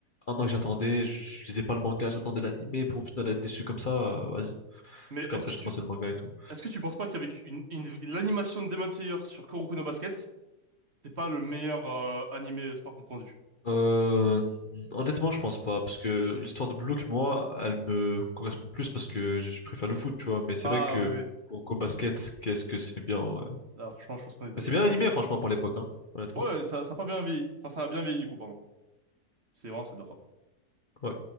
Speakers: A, on the left; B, on the right.
A: un an que j'attendais. Je, je lisais pas le manga, j'attendais l'animé pour au final être déçu comme ça. euh, vas-y. Du
B: Mais
A: coup,
B: est-ce
A: après,
B: que
A: j'ai
B: tu,
A: commencé le manga et tout.
B: est-ce que tu penses pas qu'avec une, une- l'animation de Demon Slayer sur Kuroko no Basket, c'est pas le meilleur euh, animé sport confondu?
A: Euh, honnêtement, je pense pas. Parce que l'histoire de Block, moi, elle me correspond plus parce que je, je préfère le foot, tu vois. Mais c'est
B: Ah
A: vrai que.
B: oui, oui.
A: Au au basket, qu'est-ce que c'est bien, ouais.
B: Ah, franchement, je pense qu'on est d'accord
A: Mais c'est bien
B: pour
A: animé,
B: le dire.
A: franchement, pour l'époque, hein, honnêtement.
B: Ouais, ça, ça a pas bien vieilli. Enfin, ça a bien vieilli du coup, pardon. C'est vraiment, c'est de la frappe.
A: Ouais.